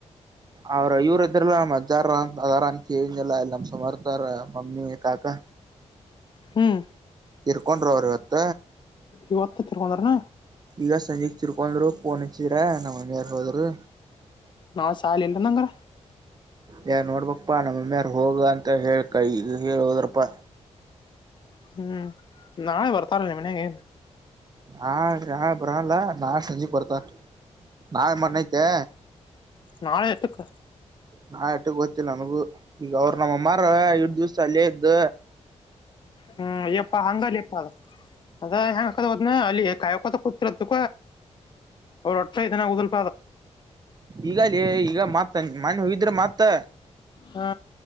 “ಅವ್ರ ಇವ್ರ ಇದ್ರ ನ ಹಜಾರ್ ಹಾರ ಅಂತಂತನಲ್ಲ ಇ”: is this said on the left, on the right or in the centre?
Right